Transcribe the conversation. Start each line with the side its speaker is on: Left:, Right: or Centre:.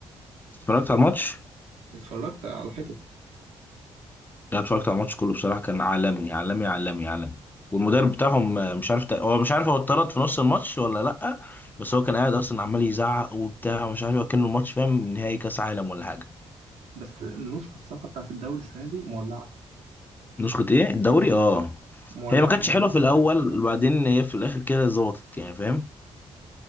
Left: اتفرجت على الماتش
Right: اتفرجت على حتت
Left: لا اتفرجت على الماتش كله بصراحه كان عالمي عالمي عالمي عالمي والمدرب بتاعهم آه، مش عارف تق- هو مش عارف هو اتطرد في نص الماتش ولا لا بس هو كان قاعد اصلا عمال يزعق وبتاع ومش عارف كان الماتش فاهم نهائي كاس عالم ولا حاجه
Right: بس النسخه الصراحه بتاعت الدوري السنه دي مولعه
Left: نسخه ايه الدوري اه
Right: مولعه
Left: هي ما كانتش
Right: مولعه
Left: حلوه في
Right: السنه
Left: الاول
Right: دي
Left: وبعدين هي في الاخر كده ظبطت يعني فاهم